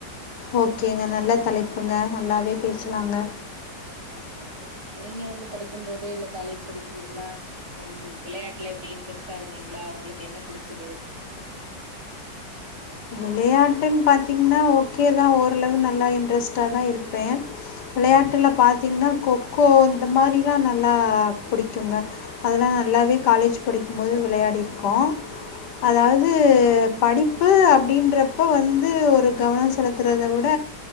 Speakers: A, on the left (about 70°); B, on the right (about 45°).
A: ஓகேங்க நல்ல தலைப்புங்க நல்லாவே பேசலாங்க
B: ஓகே ஓகே நீங்க வந்து படிக்கும்போது இல்ல காலேஜ் படிக்கும்போதல்லாம் விளையாட்டுல எப்படி இன்ட்ரெஸ்ட்டா இருந்தீங்களா உங்களுக்கு என்ன புடிச்சது
A: விளையாட்டுன்னு பார்த்திங்கன்னா ஓகே தான் ஓரளவு நல்லா இன்ட்ரெஸ்ட்டா தான் இருப்பேன் விளையாட்டுல பார்த்திங்கன்னா கொக்கோ இந்த மாதிரிலாம் நல்லா புடிக்குங்க அதெலாம் நல்லாவே காலேஜ் படிக்கும்போது விளையாடிருக்கோம் அதாவது படிப்பு அப்படின்ற அப்போ வந்து ஒரு கவனம் செலுத்துறத விட